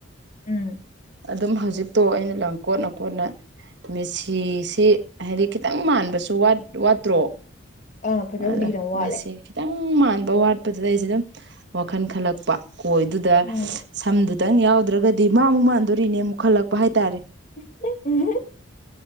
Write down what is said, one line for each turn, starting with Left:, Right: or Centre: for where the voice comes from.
Left: ꯎꯝ
Right: ꯑꯗꯨꯝ ꯍꯧꯖꯤꯛꯇꯣ ꯑꯩꯅ ꯂꯪ ꯀꯣꯠꯅ ꯀꯣꯠꯅ ꯃꯦꯁꯤꯁꯤ ꯍꯥꯏꯗꯤ ꯈꯤꯇꯪ ꯃꯥꯟꯕꯁꯨ ꯋꯥꯠꯇ꯭ꯔꯣ
Left: ꯑꯥ ꯐꯖꯕꯨꯗꯤ
Right: ꯑꯗ
Left: ꯈꯤꯇꯪ ꯋꯥꯠꯂꯦ
Right: ꯃꯦꯁꯤ ꯈꯤꯇꯪ ꯃꯥꯟꯕ ꯋꯥꯠꯄꯗꯨꯗ ꯑꯩꯁꯦ ꯑꯗꯨꯝ ꯋꯥꯈꯜ ꯈꯜꯂꯛꯄ ꯀꯣꯏꯗꯨꯗ
Left: ꯎꯝ
Right: ꯁꯝꯗꯨ ꯈꯤꯇꯪ ꯌꯥꯎꯗ꯭ꯔꯒꯗꯤ ꯃꯥꯕꯨꯨꯛ ꯃꯥꯟꯗꯣꯔꯤꯅꯦ ꯑꯃꯨꯛ ꯈꯜꯂꯛꯄ ꯍꯥꯏꯇꯥꯔꯦ
Left: <unintelligible>